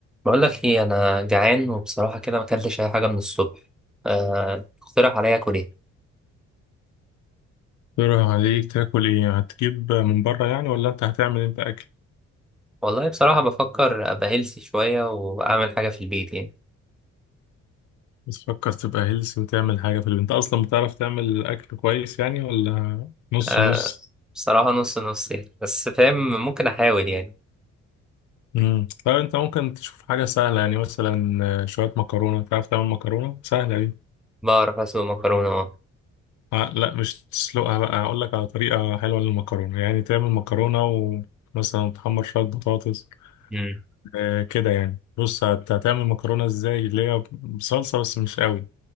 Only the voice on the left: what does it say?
يروح عليك تاكل ايه هتجيب من بره يعني ولا انت هتعمل انت اكل
بس فكر تبقى هيلثي وتعمل حاجه في البيت انت اصلا بتعرف تعمل اكل كويس يعني ولا نص
نص
امم طيب انت ممكن تشوف حاجه سهله يعني مثلا آه، شويه مكرونه تعرف تعمل مكرونه سهله دي
آه لا مش تسلقها بقى اقول لك على طريقه حلوه للمكرونه يعني تعمل مكرونه ومثلا تحمر شويه بطاطس
آه كده يعني بص هت- هتعمل مكرونه ازاي اللي هي بصلصه بس مش قوي